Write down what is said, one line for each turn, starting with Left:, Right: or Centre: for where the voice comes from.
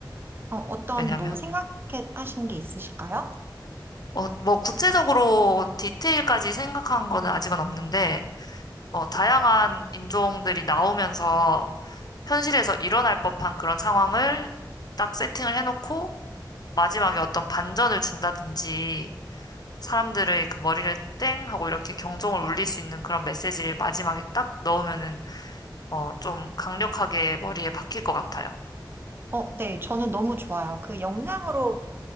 Right: 어, 어떤
Left: 왜냐면
Right: 뭐 생각하신 게 있으실까요?
Left: 하 어, 뭐 구체적으로 디테일까지 생각한 거는 아직은 없는데 어, 다양한 인종들이 나오면서 현실에서 일어날 법한 그런 상황을 딱 세팅을 해놓고 마지막에 어떤 반전을 준다든지 사람들의 그 머리를 땡 하고 이렇게 경종을 울릴 수 있는 그런 메시지를 마지막에 딱 넣으면은 어, 좀 강력하게 머리에 박힐 것 같아요.
Right: 어, 네, 저는 너무 좋아요. 그 영상으로